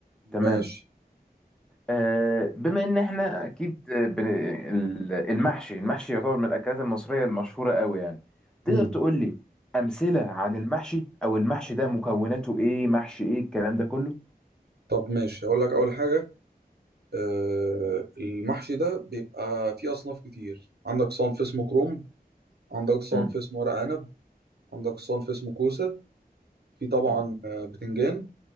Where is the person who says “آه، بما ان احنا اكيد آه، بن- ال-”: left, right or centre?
Centre